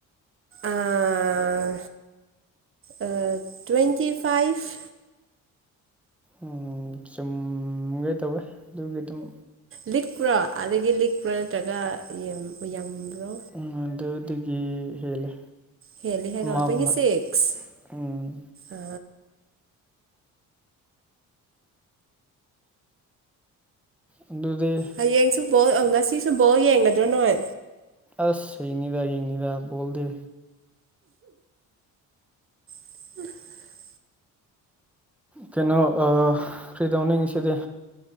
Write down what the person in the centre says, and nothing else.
ꯎꯝ ꯆꯨꯝꯒꯦ ꯇꯧꯋꯦ ꯑꯗꯨꯒꯤ ꯑꯗꯨꯝ
ꯑ ꯑꯗꯨꯗꯒꯤ ꯍꯦꯜꯂꯦ
ꯑꯃꯒꯨꯝꯕ
ꯎꯝ
ꯑꯗꯨꯗꯤ
ꯑꯁ ꯍꯌꯦꯡꯅꯤꯗ ꯌꯦꯡꯅꯤꯗ ꯕꯣꯜꯗꯤ
ꯀꯩꯅꯣ ꯑ ꯀ꯭ꯔꯤꯗꯧꯅꯤ ꯉꯁꯤꯗꯤ